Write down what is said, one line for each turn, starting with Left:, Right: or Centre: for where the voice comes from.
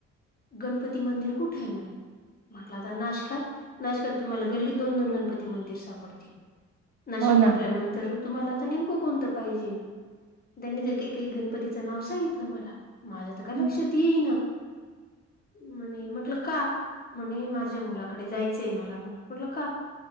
Left: गणपती मंदिर कुठे आहे म्हणे म्हटलं आता नाशकात नाशकात तुम्हाला गल्लीत दोन गणपती मंदिर सापडतील नाशिक
Right: हो ना
Left: म्हटल्यानंतर तुम्हाला आता नेमकं कोणतं पाहिजे त्यांनी एक एक गणपतीचं नाव सांगितलं मला माझ्या तर काय
Right: हं.
Left: लक्षात येई ना म्हणे म्हटलं का म्हणे माझ्या मुलाकडे जायचंय मला म्हणे म्हटलं का